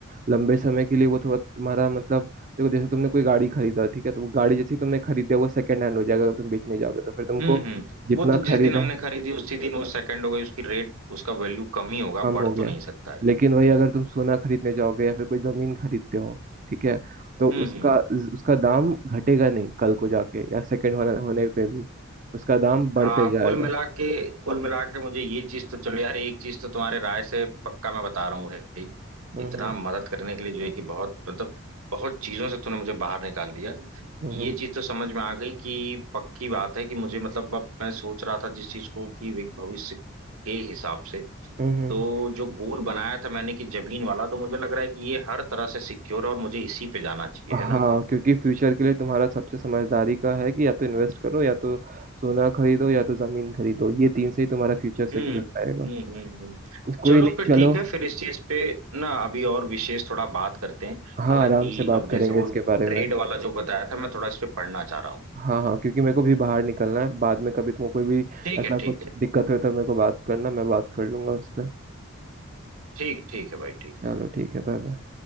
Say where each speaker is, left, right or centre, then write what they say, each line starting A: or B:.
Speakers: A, on the right (about 35°); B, on the right (about 85°).
A: लंबे समय के लिए वो थोड़ा तुम्हारा मतलब देखो जैसे तुमने कोई गाड़ी खरीदा ठीक है तो वो गाड़ी जैसी तुमने खरीदा वो सेकंड हैंड हो जाएगा अगर तुम बेचने जाओगे तो फिर तुमको
B: हम्म हम्म
A: जितना
B: वो तो जिस
A: खरीदा
B: दिन हमने खरीदी उसी दिन वो सेकंड हो गई उसकी रेट उसका वैल्यू कम ही होगा
A: कम
B: बढ़
A: हो गया
B: तो नहीं सकता है
A: लेकिन वही अगर तुम सोना खरीदने जाओगे या फिर कोई जमीन खरीदते हो ठीक है तो
B: हम्म
A: उसका
B: हम्म
A: उसका दाम घटेगा नहीं कल को जाके या सेकंड होने होने पे भी उसका दाम बढ़ते
B: हाँ
A: जाएगा
B: कुल मिला के कुल मिला के मुझे ये चीज तो चलो यार एक चीज तो तुम्हारे राय से पक्का मैं बता रहा हूँ भाई
A: हम्म
B: इतना मदद करने के लिए जो है कि बहुत मतलब बहुत चीजों से तूने मुझे बाहर निकाल दिया
A: हम्म
B: ये चीज तो समझ में आ गई कि पक्की बात है कि मुझे मतलब अब मैं सोच रहा था जिस चीज को कि वे भविष्य के हिसाब से
A: हम्म
B: तो जो गोल बनाया था मैंने कि जमीन वाला तो मुझे लग रहा है कि ये हर तरह से सिक्योर है और मुझे इसी पे जाना चाहिए
A: हाँ
B: है ना
A: क्योंकि फ्यूचर के लिए तुम्हारा सबसे समझदारी का है कि या तो इन्वेस्ट करो या तो सोना खरीदो या तो जमीन खरीदो ये तीन से ही तुम्हारा फ्यूचर सिक्योर
B: हम्म
A: रहेगा
B: हम्म हम्म हम्म।
A: कोई
B: चलो
A: नहीं
B: फिर
A: चलो
B: ठीक है फिर इस चीज पे ना अभी और विशेष थोड़ा बात करते हैं
A: हाँ
B: हालांकि
A: आराम से बात
B: अब जैसे
A: करेंगे
B: वो
A: इसके
B: ट्रेड
A: बारे में
B: वाला जो बताया था मैं थोड़ा इस पे पढ़ना चाह रहा हूँ
A: हाँ हाँ क्योंकि मेरे को भी बाहर निकलना है बाद में कभी तुमको कोई भी
B: ठीक
A: ऐसा
B: है ठीक
A: कुछ
B: है
A: दिक्कत हो तो मेरे को बात करना मैं बात कर लूंगा उस पर
B: ठीक ठीक है भाई ठीक
A: चलो
B: है
A: ठीक है बाय बाय